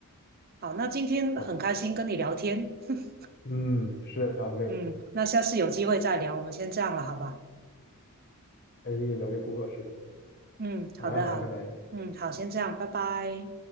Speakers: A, on the right (about 45°); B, on the left (about 50°).
A: 好，那今天很开心跟你聊天。
B: 好，
A: <laughs>
B: 嗯，是啊，很
A: 嗯，那下次有机会再聊，我们先这样了，好吧？
B: 开心跟你聊这个工作事情。
A: 嗯，
B: 好呀，
A: 好的，
B: 好呀，
A: 好的，
B: 拜拜。
A: 嗯，好，先这样，拜拜。